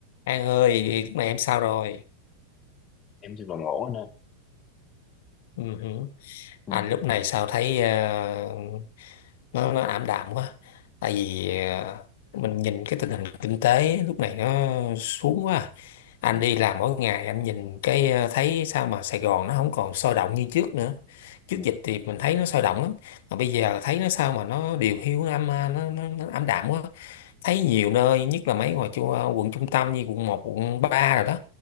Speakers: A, on the left; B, on the left.
A: An ơi, lúc này em sao rồi?
B: em thì còn ngủ anh ơi
A: Ừ, hử.
B: ừ
A: Anh lúc này sao thấy ờ, nó nó ảm đạm quá. Tại vì ờ, mình nhìn cái tình hình kinh tế lúc này nó xuống quá. à. Anh
B: ừ
A: đi làm mỗi ngày anh nhìn cái ờ, thấy sao mà Sài Gòn nó không còn sôi động như trước nữa. Trước
B: ừ
A: dịch thì mình thấy nó sôi động lắm, mà bây giờ thấy nó sao mà nó điều hiu năm nó, nó, nó nó ảm đạm quá. Thấy nhiều nơi, nhất là mấy ngoài chu, quận trung tâm như quận một, quận 3 rồi đó.